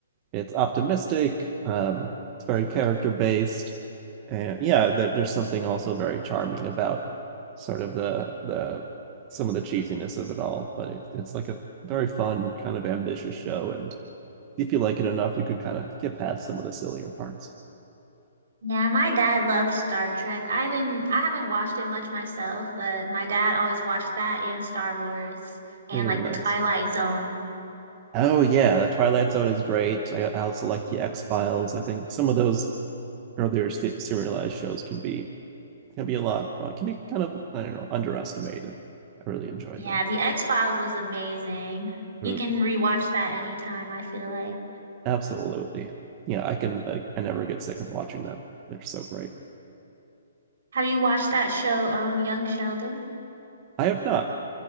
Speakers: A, on the right; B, on the right.
A: it's optimistic um it's very character based and yeah there, there's something also very charming about sort of the the some of the cheesiness of it all but it, it's like a very fun kind of ambitious show and if you like it enough you can kind of get past some of the sillier parts
B: Yeah, my dad loves Star Trek. I didn't, I haven't watched it much myself, but my dad always watched that and Star Wars and
A: Ooh,
B: like
A: nice
B: the Twilight Zone.
A: oh yeah the twilight zone is great i, I also like the x files i think some of those earlier se- serialized shows can be can be a lot uh, can be kind of i don't know underestimated i really enjoyed
B: Yeah,
A: them
B: the X-Files was amazing. You
A: Ooh.
B: can rewatch that anytime, I feel like.
A: Absolutely. Yeah, I can. I, I never get sick of watching them. They're so great.
B: Have you watched that show, um, Young Sheldon?
A: I have not.